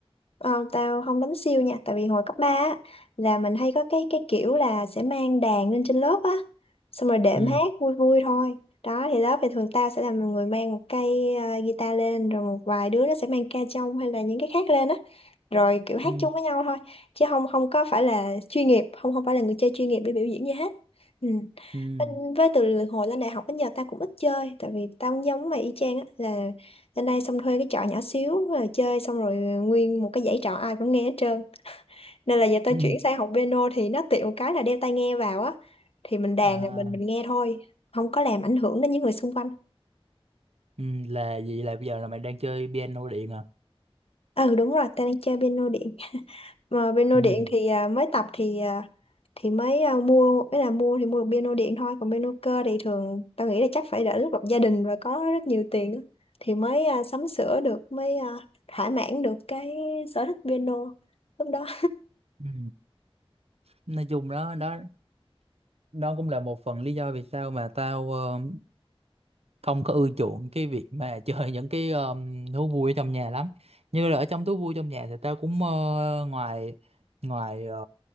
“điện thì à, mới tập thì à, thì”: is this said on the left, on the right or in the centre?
Left